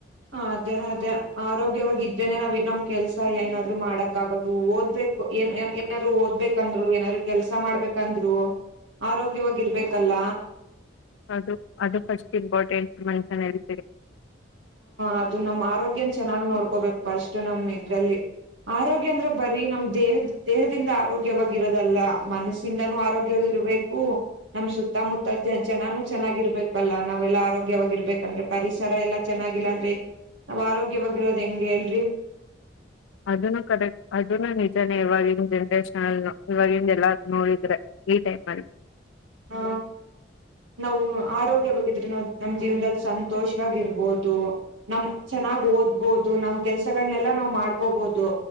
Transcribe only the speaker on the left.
ಅದು ಅದು ಫಸ್ಟ್ ಇಂಪಾರ್ಟೆಂಟ್ ಮನುಷ್ಯನ ಹೆಲ್ತ್ ಗೆ
ಅದನು ಕರೆಕ್ ಅದನು ನಿಜನೇ ಇವಾಗಿವಾಗಿನ ಜನ್ರೇಷನ್ಲ್ ಇವಾಗಿವಾಗಿಂದ ಎಲ್ಲಾ ನೋಡಿದ್ರೆ ಈ ಟೈಮ್ ಅಲ್ಲಿ